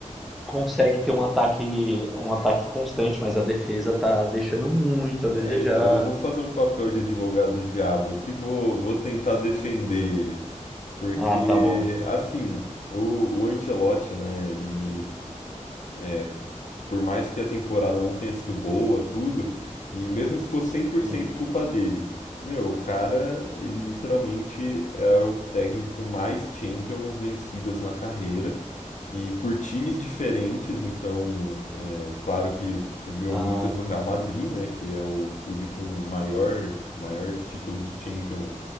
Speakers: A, in the centre; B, on the left (about 70°).
A: Consegue ter um ataque, um ataque constante, mas a defesa tá deixando muito a desejar.
B: É, então eu vou fazer um papel de advogado do diabo aqui, vou, vou tentar defender ele. Porque,
A: Ah, tá bom.
B: assim, o, o Ancelotti, né, ele é, Por mais que a temporada não tenha sido boa, tudo, e mesmo se fosse cem por
A: Uhum.
B: cento culpa dele, meu, o cara, ele literalmente é o técnico com mais Champions vencidas na carreira e por times diferentes, então, é, claro que ele ganhou
A: Ah,
B: muitas no Real Madrid, né, que é o clube com maior, maior título de Champions